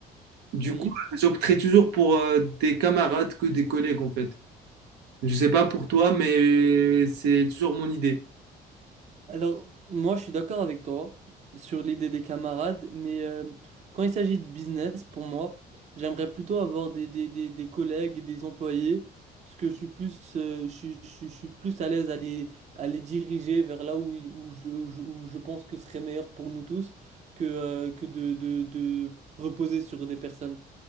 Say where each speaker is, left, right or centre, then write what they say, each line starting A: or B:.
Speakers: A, on the right; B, on the right.
A: Du
B: Oui.
A: coup, j'opterais toujours pour euh, des camarades que des collègues en fait. Je sais pas pour toi, mais c'est toujours mon idée.
B: Alors, moi, je suis d'accord avec toi sur l'idée des camarades, mais euh, quand il s'agit de business, pour moi, j'aimerais plutôt avoir des, des, des, des collègues, et des employés, parce que je suis plus, euh, je, suis je suis- je suis plus à l'aise à les, à les diriger vers là où, il- où, je, où je- où je pense que ce serait meilleur pour nous tous que, euh, que de, de, de reposer sur des personnes.